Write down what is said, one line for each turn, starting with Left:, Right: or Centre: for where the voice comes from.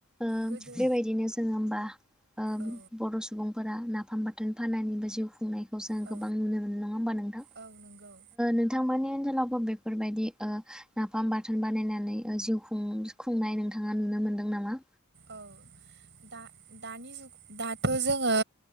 Centre: ओ
Right: गोदो
Centre: बेबायदिनो जोङो होमबा ओ
Right: औ
Centre: बर' सुबुंफोरा नाफाम बा थोन फानानिबो जिउ खुंनाय
Right: औ
Centre: गोबां नुनो मोनो नङा होमबा नोंथां!
Right: औ नंगौ
Centre: नोंथांमोननि ओनसोलाव बेफोरबायदि ओ नाफाम बाथोन बानायनानै जिउ खुं खुंनाय नोंथाङा नुनो मोनदों नामा?
Right: औ दनि दानिजुग दाथ' जोङो